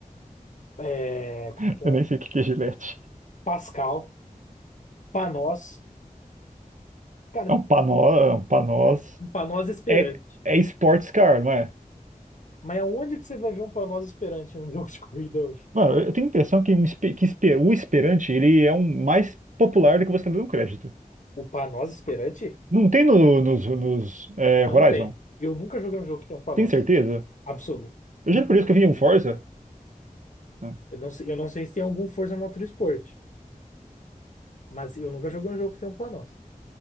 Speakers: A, on the left (about 60°); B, on the right (about 60°).
A: é, como
B: <laughs>
A: que
B: Eu
A: é?
B: nem sei o que que é gilete.
A: Pascal, Panos. Cara,
B: É um panó, é um panós.
A: Panos Esperante.
B: é, é sports car, não é?
A: Mas aonde que você vai ver um Panos Esperante num <laughs> jogo de corrida hoje?
B: Mano, eu tenho a impressão que, um espe- que espe- o Esperante ele é um mais popular do que você está dando crédito.
A: O Panos Esperante?
B: Não tem no- nos, nos, é,
A: Não
B: Horizon?
A: tem. Eu nunca joguei um jogo que tem um Panos.
B: Tem certeza?
A: Absoluto.
B: Eu
A: Nunca
B: juro por isso
A: joguei.
B: que eu vi um Forza. né?
A: Eu não sei, eu não sei se tem algum Forza Motorsport, mas eu nunca joguei um jogo que tem um Panos.